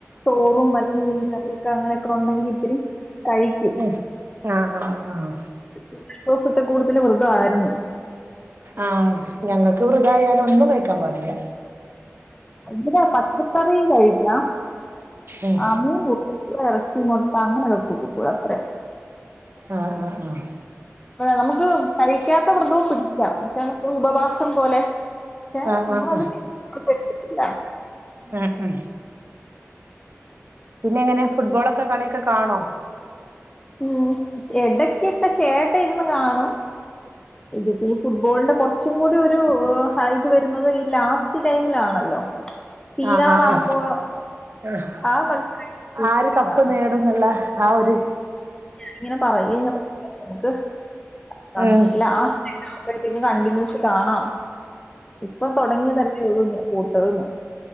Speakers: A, on the left; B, on the right.
A: ചോറും നല്ല മീൻകറൊക്കെ അങ്ങനെയൊക്കെ ഉണ്ടെങ്കിൽ ഇത്തിരി കഴിക്കും
B: ആഹ് ആഹ് ആഹ് ആഹ്
A: രണ്ട് ദിവസത്തിൽ കൂടുതൽ വൃ തമായിരുന്നു
B: ആഹ് ഞങ്ങൾക്ക് വൃതായാലും ഒന്നും കഴിക്കാൻ പാടില്ല
A: ഇവിടെ പച്ചക്കറി കഴിക്കാം
B: ഉം
A: ആ മീൻ കൂട്ടില്ല ഇറച്ചി മുട്ട അങ്ങനെക്കെ കൂട്ടികൂടാ അത്രയോള്ളൂ
B: ആഹ് അഹ് ആഹ്
A: നമുക്ക് കഴിക്കാത്ത വൃതവും പിടിക്കാം പക്ഷേ നമ്മക്ക് ഉപവാസം പോലെ നമ്മളത്
B: ആഹ് ആഹ് ആഹ് ആഹ്
A: എടുത്തിട്ടില്ല
B: ഉം ഉം പിന്നെ എങ്ങനെ ഫുട്ബോളൊക്കെ കളിയൊക്കെ കാണോ
A: ഉം ഇടക്കൊക്കെ ചേട്ട ഇരുന്ന് കാണും
B: <unintelligible>
A: ഇതിപ്പോ ഈ ഫുട്ബോളിന്റെ കുറച്ചും കൂടി ഒരു ഹൈദ് വരുന്നത് ഈ ലാസ്റ്റ് ടൈമിലാണല്ലോ തീരാറാവുമ്പോ
B: ആ ആ ആ ആഹ
A: ആ മത്സരം
B: ആര് കപ്പ്
A: ഇതാണ്
B: നേടും നേടുന്നുള്ള ആ ഒരു
A: ഇങ്ങനെ പറയ്ഞ്ഞു നമുക്ക് നം
B: ഉം
A: ഇല്ല ആഹ് അപ്പോഴത്തേക്കും കണ്ടിന്യൂസിൽ കാണാം ഇപ്പം തുടങ്ങിയതല്ലേ ഉള്ളൂ ഇങ്ങനെ കൂട്ടെന്ന്